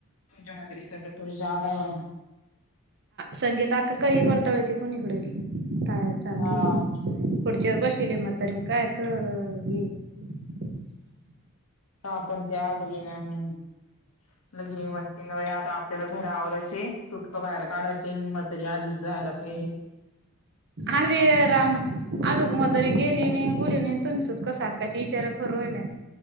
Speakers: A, on the left; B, on the right.
A: स थोडी ज्यादा आहे. <unintelligible>
B: संगीता आता काही बर बरमती चांगली
A: हा
B: हे पुढच्या. बसले म त कायच हे <unintelligible>
A: का आपण त्या आली ना <unintelligible> लगे म्हणजे न आता आपल्याला घरा आवररायचे सुटकां बाहेर काढायचे मतरी आधीच <unintelligible> जायला पाहिजे.
B: अरे राम अजून म्हातारी गेली नाही काय नाही. तुम् सुतका सातकाच्या विचारा फरवल्या